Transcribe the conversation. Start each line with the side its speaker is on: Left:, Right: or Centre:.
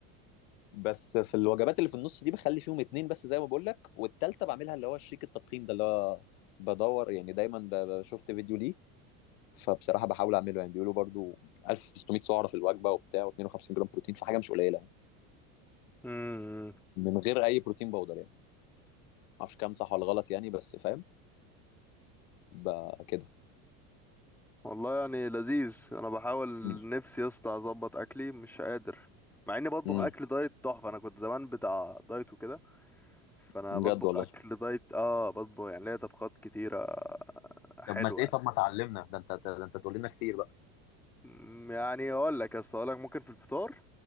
Left: بس في الوجبات اللي في النص دي بخلي فيهم اتنين بس زي ما بقول لك والتالتة بعملها اللي هو الشيك التضخيم ده اللي هو بدور يعني دايما ب- ب- شفت فيديو ليه فبصراحة بحاول اعمله يعني بيقولوا برضو 1600 سعرة في الوجبة وبتاع و52 جرام بروتين فحاجة مش قليلة
Centre: امم
Left: من غير اي بروتين باودر يعني معرفش كام صح ولا غلط يعني بس فاهم بقى كده
Centre: والله يعني لذيذ انا بحاول
Left: امم
Centre: نفسي يا اسطى اظبط اكلي مش قادر مع اني بطبخ
Left: أمم.
Centre: اكل دايت تحفه انا كنت زمان بتاع دايت وكده فانا
Left: بجد
Centre: بطبخ
Left: والله
Centre: اكل دايت اه بطبخ يعني ليا طبخات كتيره حلوه
Left: طب ما ت- ايه
Centre: يعني
Left: طب ما تعلمنا ده انت ده انت تقول لنا كتير بقى
Centre: أمم، يعني اقول لك يا اسطى اقول لك ممكن في الفطار